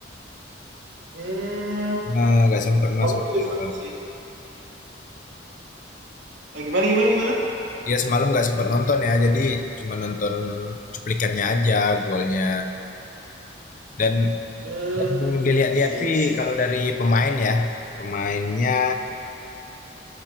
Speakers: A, on the right (about 80°); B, on the left (about 45°).
A: Hmm,
B: Eh, Gak sempet mas
A: Aku
B: semalam.
A: juga sama sih. Oh, gimana, gimana, gimana?
B: Ya semalam gak sempet nonton ya, jadi cuma nonton cuplikannya aja golnya. Dan
A: hmm,
B: yang dilihat-lihat
A: sih,
B: sih
A: sih.
B: kalau dari pemain ya, pemainnya